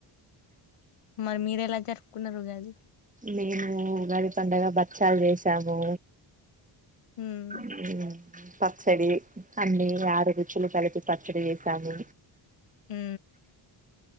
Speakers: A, on the left (about 85°); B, on the right (about 15°).
A: మరి మీర ఎలా జరుపుకున్నారు ఉగాది
B: మేము ఉగాది పండగ బచ్చాలు చేసాము
A: ఉమ్
B: స <inaudible> పచ్చడి అన్ని ఆరు రుచులు కలిపి పచ్చడి చేసాము
A: హు